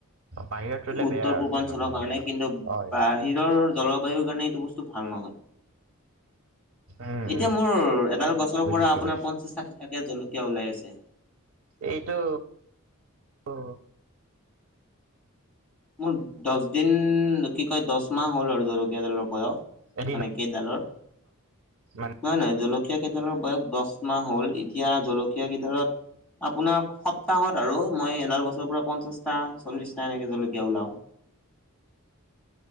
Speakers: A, on the right; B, in the centre.
A: বাহিৰত ৰুলে
B: উত্তৰ
A: বেয়া আৰু
B: পূৰ্বাঞ্চলৰ
A: ইমান।
B: কাৰণে কিন্তু
A: হয়
B: বাহিৰৰ জল বায়ু কাৰণে এইটো বস্তু ভাল নহয়
A: উম
B: এতিয়া
A: উম
B: মোৰ এডাল গছৰ
A: বুজিছো
B: পৰা আপোনাৰ
A: বুজিছো
B: পঞ্চাশ ষাঠিতা কে জলকীয়া ওলাই আছে
A: এইটো অহ
B: মোৰ দচ দিন কি কয় দচ মাহ হ'ল আৰু জলকীয়াডালৰ বয়স
A: এদিনত
B: মানে কেইডালৰ
A: মানে
B: নহয় নহয় জলকীয়া কেইডালৰ বয়স দচ মাহ হল এতিয়া জলকীয়া কেইডালত আপোনাৰ সপ্তাহত আৰু মই এডাল গছৰ পৰা পঞ্চাশটা চল্লিশটা এনেকে জলকীয়া ওলাও